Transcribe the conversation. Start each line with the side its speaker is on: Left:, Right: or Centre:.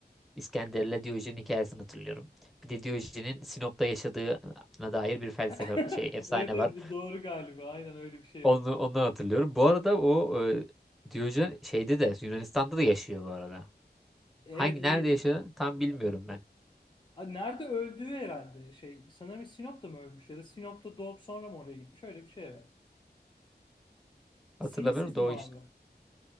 Centre: İskender'le Diyojen hikayesini hatırlıyorum. Bir de Diyojen'in Sinop'ta yaşadığına dair bir felsefe
Left: <laughs>
Centre: şey efsane
Left: Evet evet
Centre: var.
Left: bu doğru galiba. Aynen öyle bir şey
Centre: Onu
Left: var.
Centre: ondan hatırlıyorum. Bu arada o e, Diyojen şeyde de Yunanistan'da da yaşıyor bu arada.
Left: Evet
Centre: Hangi nerede
Left: öyleymiş.
Centre: yaşıyor tam bilmiyorum
Left: Aha.
Centre: ben.
Left: Aa, Nerede öldüğü herhalde şey sanırım Sinop'ta mı ölmüş ya da Sinop'ta doğup sonra mı oraya gitmiş öyle bir şey evet.
Centre: Hatırlamıyorum
Left: Sinisizm
Centre: da o
Left: abi.
Centre: iş.